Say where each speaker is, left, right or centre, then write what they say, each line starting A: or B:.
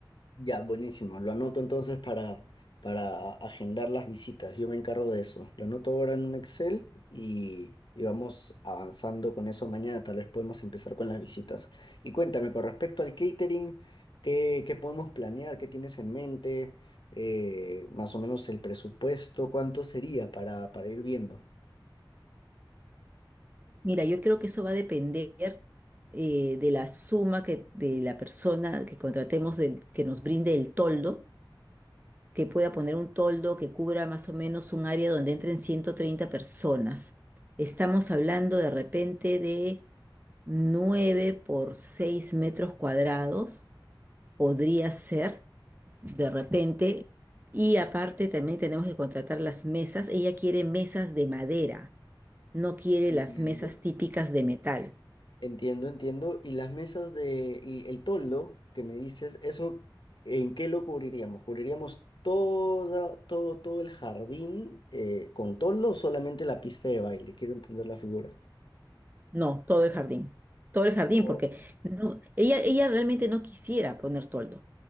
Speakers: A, on the left; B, on the right.
A: Ya, buenísimo. Lo anoto entonces para, para agendar las visitas. Yo me encargo de eso. Lo anoto ahora en un Excel y, y vamos avanzando con eso mañana. Tal vez podemos empezar con las visitas. Y cuéntame, con respecto al catering, ¿qué, qué podemos planear? ¿Qué tienes en mente? Eh, más o menos el presupuesto, ¿cuánto sería para, para ir viendo?
B: Mira, yo creo que eso va a depender eh, de la suma que de la persona que contratemos del- que nos brinde el toldo, que pueda poner un toldo que cubra más o menos un área donde entren 130 personas. Estamos hablando de repente de 9 por 6 metros cuadrados, podría ser de repente. Y aparte también tenemos que contratar las mesas. Ella quiere mesas de madera, no quiere
A: Entiendo.
B: las mesas típicas de metal.
A: Entiendo, entiendo. Y las mesas de, y el toldo que me dices, ¿eso en qué lo cubriríamos? ¿Cubriríamos toda, todo, todo el jardín eh, con toldo o solamente la pista de baile? Quiero entender la figura.
B: No, todo el jardín. Todo el jardín,
A: Oh.
B: porque no, ella, ella realmente no quisiera poner toldo.